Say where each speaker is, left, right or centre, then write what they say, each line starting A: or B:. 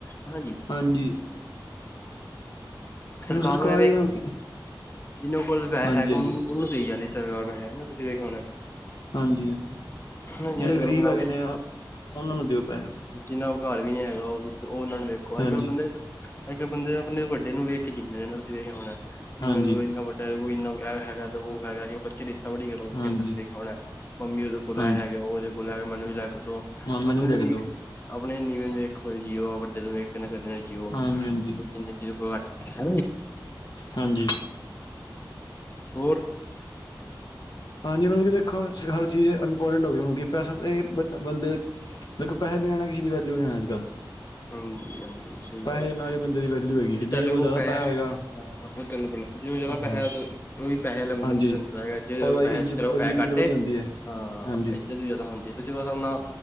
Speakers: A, on the left (about 30°); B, on the left (about 65°).
A: ਹਾਂਜੀ।
B: ਹਾਂਜੀ।
A: ਸਰਕਾਰ
B: ਸਰਕਾਰੀ
A: ਨੂੰ ਐਵੇ,
B: ਮਤਲਬ ਕਿ
A: ਜਿੰਹਨਾਂ ਕੋਲ ਪੈਆ
B: ਹਾਂਜੀ
A: ਹੈਗਾ।
B: ਹਾਂਜੀ
A: ਉਨਾਂ, ਦਈ ਜਾਂਦੀ ਸਰਕਾਰ ਹੈ ਨਾ। ਤੁਸੀਂ ਦੇਖਿਆ ਹੋਣਾ।
B: ਹਾਂਜੀ,
A: ਹਨਾ ਜੀ
B: ਜਿਹੜੇ
A: ਅੱਜ
B: ਗਰੀਬ
A: ਕੱਲ੍ਹ ਆਪਣਾ
B: ਹੈਗੇ ਨੇ। ਉਹਨਾਂ ਨੂੰ ਦਿਓ ਪੈਸੇ।
A: ਜਿੰਨਾ ਕੋਲ ਘਰ ਵੀ ਨੀ ਹੈਗਾ। ਉਹ ਵੀ ਉਹਨਾਂ ਨੂੰ ਵੇਖੋ, ਅੱਜ
B: ਹਾਂਜੀ
A: ਕੱਲ ਬੰਦੇ ਅੱਜ ਕੱਲ ਬੰਦੇ ਆਪਣੇ ਵੱਡੇ ਨੂੰ ਵੇਖ ਜਿੰਨਾ ਚਿਰ ਤੁਸੀਂ ਵੇਖਿਆ ਹੋਣਾ ਵੀ,
B: ਹਾਂਜੀ
A: ਮਤਲਬ ਇੰਨਾ ਵੱਡਾ ਇਹ ਹੈਗਾ, ਉਹ ਹੈਗਾ ਜੇ ਬੱ ਰੀਸਾਂ ਬੜੀ ਕਰਦੇ
B: ਹਾਂਜੀ
A: ਤੁਸੀਂ ਦੇਖਿਆ ਹੋਣਾ, ਮੰਮੀ ਉਹਦੇ ਕੋਲ
B: ਹਾਂਜੀ
A: ਐ ਹੈਗਾ, ਉਹਦੇ ਕੋਲ ਓ ਹੈਗਾ ਮੈਨੂੰ ਵੀ ਲੈ ਕੇ ਦੋ। ਆਪਣੇ
B: ਹਾਂ ਮੈਨੂੰ ਵੀ
A: ਤੋਂ
B: ਲੈ ਕੇ
A: ਨੀਵੇਂ,
B: ਦਿਓ
A: ਆਪਣੇ ਨੀਵੇਂ ਨੂੰ ਵੇਖੋ ਜੀਓ, ਵੱਡੇ ਤੋਂ ਵੇਖ ਕੇ ਕਦੇ ਵੀ ਨਾ ਜੀਓ,
B: ਹਾਂਜੀ ਹਾਂਜੀ
A: ਜਿੰਨੇ ਚਿਰ ਹਨਾ ਜੀ।
B: ਹਾਂਜੀ।
A: ਹੋਰ?
B: ਹਾਂਜੀ, ਮਤਲਬ ਕਿ ਦੇਖੋ ਹਰ ਚੀਜ਼ ਇੰਪੋਰਟੈਂਟ ਹੋ ਗਈ, ਮਤਲਬ ਕਿ ਪੈਸਾ ਤਾਂ ਬ ਬੰਦੇ ਦੇਖੋ ਪੈਸੇ ਬਿਨਾਂ ਨਾ ਕਿਸੇ ਦੀ ਵੈਲਿਊ ਨੀ ਅੱਜ ਕੱਲ੍ਹ।
A: ਹਾਂਜੀ ਹਾਂਜੀ ਸਹੀ
B: ਪੈਸੇ
A: ਗੱਲ ਐ,
B: ਨਾਲ ਹੀ ਬੰਦੇ ਦੀ ਵੈਲਿਊ ਹੈਗੀ
A: ਜੇ
B: ਹੈ ਜਿਹਦੇ
A: ਤੁਹਾਡੇ ਕੋਲ
B: ਜ਼ਿਆਦਾ
A: ਪੈਸ
B: ਪੈਸਾ ਹੋਏਗਾ
A: ਔ ਤੈਨੂੰ ਬੁਲਾ ਜਿਹਦੇ ਕੋਲੇ ਜਿਆਦਾ ਪੈਸੇ,
B: ਹਾਂ
A: ਉਹ ਵੀ ਪੈਸੇ ਵਾਲੇ
B: ਹਾਂਜੀ
A: ਬੰਦੇ ਨੂੰ ਬੁਲਾਏਗਾ ਜਿਦੇ
B: ਉਹਦਾ
A: ਕੋਲ
B: ਇੱਜ਼ਤ ਉਹਦੀ
A: ਪੈਸੇ
B: ਇੱਜ਼ਤ
A: ਘੱਟ
B: ਬੜੀ
A: ਏ
B: ਹੁੰਦੀ ਹੈ
A: <unintelligible>
B: ਹਾਂਜੀ
A: ਜ਼ਿਆਦਾ ਹੁੰਦੀ ਏ, ਦੂਜੇ ਪਾਸੇ ਆਪਣਾ